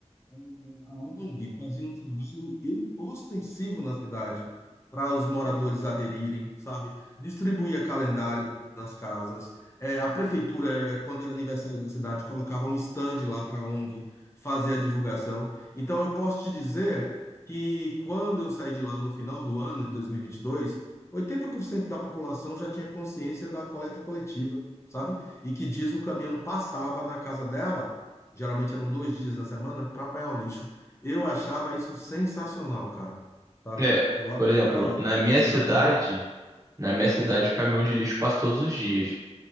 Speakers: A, on the left (about 25°); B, on the right (about 30°).
A: a ONG fazia um trabalho ostensivo na cidade para os moradores aderirem, sabe? Distribuía calendário nas casas. É, a prefeitura, eh, quando era aniversário da cidade, colocava um stand lá para a ONG fazer a divulgação. Então, eu posso te dizer que quando eu saí de lá no final do ano de 2022, 80% da população já tinha consciência da coleta coletiva, sabe? e que diz o caminhão passava na casa dela, geralmente eram dois dias na semana, para apanhar o lixo. Eu achava isso sensacional, cara, sabe?
B: É,
A: Agora,
B: por exemplo, na minha
A: em cidade
B: cidade,
A: maior, né?
B: na minha cidade
A: hum,
B: o caminhão de lixo passa todos os dias.